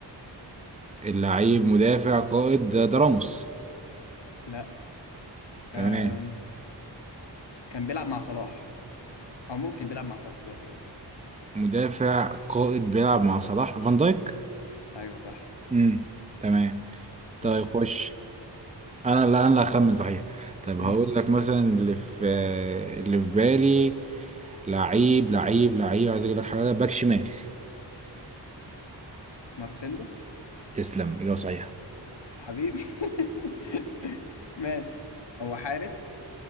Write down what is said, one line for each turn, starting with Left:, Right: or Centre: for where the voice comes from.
Right: اللعيب مدافع قائد ده ده راموس
Left: لا
Right: تمام
Left: آم. كان بيلعب مع صلاح او ممكن بيلعب مع صلاح دلوقتي برضو
Right: مدافع قائد بيلعب مع صلاح فان دايك
Left: ايوه صح
Right: امم تمام طيب
Left: خش
Right: خش انا لا انا اللي هخمن صحيح طيب
Left: مم.
Right: هقول لك مثلا اللي في اللي في بالي لعيب لعيب لعيب عايز اجيب لك حاجه باك شمال
Left: مارسيلو
Right: تسلم اجابه صحيحه
Left: حبيبي <laughs> ماشي هو حارس